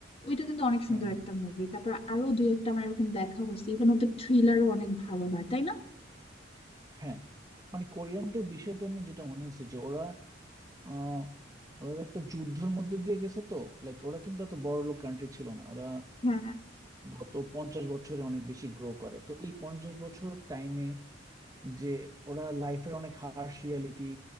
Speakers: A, on the left; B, on the right.
A: ওইটা কিন্তু অনেক সুন্দর
B: হ্যাঁ হ্যাঁ
A: একটা মুভি তারপর আরো দুই একটা আমার এরকম দেখা হয়েছে ইভেন ওদের থ্রিলারও অনেক ভালো হয় তাই না
B: হ্যাঁ মানে কোরিয়ানদের বিষয়টা আমি যেটা মনে হয়েছে যে ওরা আহ ওরা একটা যুদ্ধের মধ্যে দিয়ে গেছে তো লাইক ওরা কিন্তু এত বড় লোক কান্ট্রি ছিল না ওরা
A: হ্যাঁ
B: গত পঞ্চাশ বছরে অনেক বেশি গ্রো করে তো এই পঞ্চাশ বছর টাইমে যে ওরা লাইফের অনেক হার্শ রিয়ালিটি